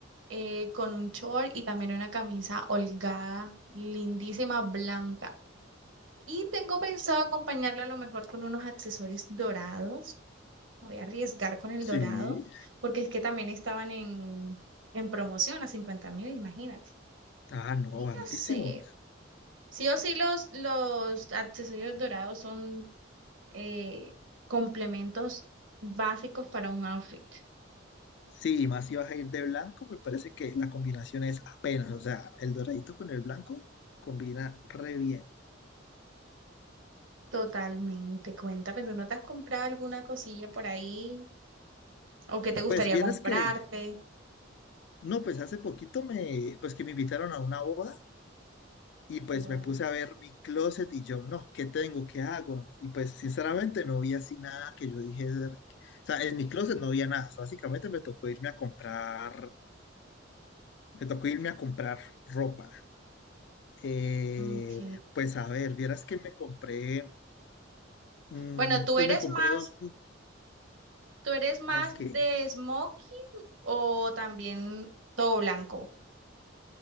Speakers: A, on the right; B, on the left.
A: eh, con un short y también una camisa holgada, lindísima, blanca. Y tengo pensado acompañarlo a lo mejor con unos accesorios dorados. Voy a arriesgar con el
B: Sí.
A: dorado, porque es que también estaban en, en promoción a cincuenta mil, imagínate.
B: Ah, no,
A: Y
B: baratísimo.
A: no sé, sí o sí los, los accesorios dorados son eh, complementos básicos para un outfit.
B: Sí, y más si vas a ir de blanco, me parece que la combinación es apenas, o sea, el doradito con el blanco combina re bien.
A: Totalmente, cuéntame, ¿tú no te has comprado alguna cosilla por ahí? ¿O qué te
B: Pues
A: gustaría
B: vieras
A: comprarte?
B: que, no, pues hace poquito me, pues que me invitaron a una boda y pues
A: Wow.
B: me puse a ver mi closet y yo, no, ¿qué tengo? ¿Qué hago? Y pues sinceramente no vi así nada que yo dije, o sea, en mi closet no había nada, o sea, básicamente me tocó irme a comprar, me tocó irme a comprar ropa. Eh,
A: Ok.
B: pues a ver, vieras que me compré... Mm,
A: Bueno, ¿tú
B: pues
A: eres
B: me compré
A: más,
B: dos
A: tú eres más
B: Más que.
A: de smoking o también todo blanco?